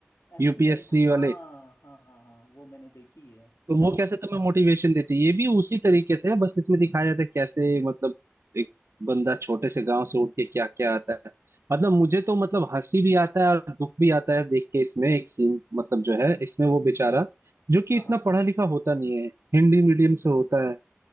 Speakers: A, on the left; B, on the right.
A: एस्पिरेंट
B: यूपीएससी
A: हाँ
B: वाले
A: हाँ हाँ हाँ वो मैंने देखी है
B: तो वो कैसे तुम्हें मोटिवेशन देती है ये भी उसी तरीके से है बस इसमें दिखाया जाता है कैसे मतलब एक बंदा छोटे से गांव से उठ के क्या क्या आता है मतलब मुझे तो मतलब हंसी भी आता है और दुख भी आता है देख के इसमें एक सीन मतलब जो है इसमें वो बेचारा जो कि
A: हाँ
B: इतना
A: हाँ
B: पढ़ा लिखा होता नहीं है हिंदी मीडियम से होता है